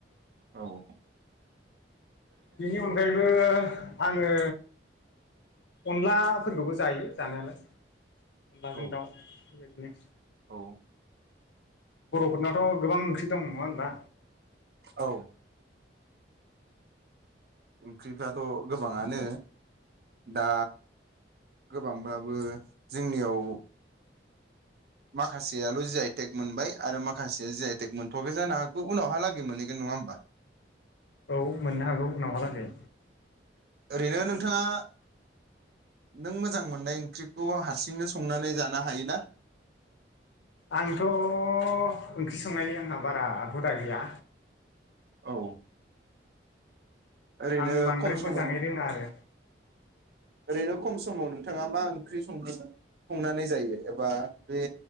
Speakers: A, on the right; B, on the left.
A: औ।
B: बेनि अनगायैबो आङो अनलाफोरखौबो जायो जानायालाय। अनलाजों
A: औ
B: दाउ बेबायदिनो।
A: औ
B: बर'फोरनाथ गोबां ओंख्रि दं नङा होनबा?
A: औ। ओंख्रिफ्राथ गोबाङानो दा गोबांब्लाबो जोंनियाव माखासेयाल जि आइ टेक मोनबाय। आरो माखासेया जि आइ टेक मोनथ'वाखै जानो हागौ उनावहालागै मोनहैगोन नङा होमबा?
B: औ मोन्नो हागौ उनावहालागै।
A: ओरैनो नोंथाङा नों मोजां मोन्नाय ओंख्रिखौ हारसिंनो संनानै जानो हायोना?
B: आंथ ओंख्रि संनायनि आंहा बारा हुदा गैया।
A: औ। ओरैनो
B: आं बांद्राय
A: खम समाव
B: मोजाङै रोङा आरो
A: ओरैनो खम समाव नोंथाङा मा ओंख्रि संङो संनानै जायो एबा बे